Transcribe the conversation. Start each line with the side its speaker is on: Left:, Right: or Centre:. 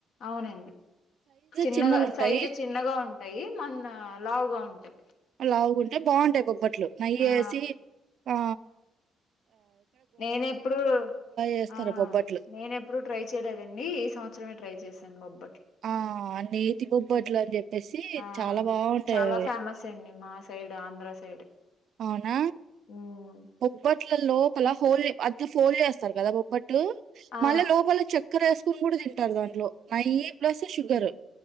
Left: అవునండి చిన్నగ
Right: చిన్నగుంటాయి.
Left: సైజు చిన్నగా ఉంటాయి మన్న లావుగా ఉంటాయి
Right: లావుగు న్ అంటె బాగుంటాయి బొబ్బట్లు నెయ్యి వేసి
Left: ఆ
Right: ఆ
Left: నేనెప్పుడుూ
Right: చేస్తారు
Left: ఆ
Right: బొబ్బట్లు.
Left: నేనెప్పుడుూ ట్రై చేయలేదండి ఈ సంవత్సరమే ట్రై చేశాను మొబ్బాయి
Right: ఆ నేతి బొబ్బట్లు అని చెప్ప తెసి
Left: ఆ
Right: చాలా బాగుంటాయి
Left: చాలా
Right: అవి
Left: ఫేమస్ అండి మా సైడ్ ఆంధ్ర సైడ్
Right: అవున
Left: ఉమ్
Right: బొబ్బట్ ట్ల లోపలా హోల్ అద్ ఫోల్ చేస్తారు కదా బొబ్బట్ ట్టు
Left: ఆ
Right: మళ్ళ లోపల చక్కెర్ వేస్త కుమ్ముడు తింటారు దాంట్లో నయ్యి ప్లస్ షుగర్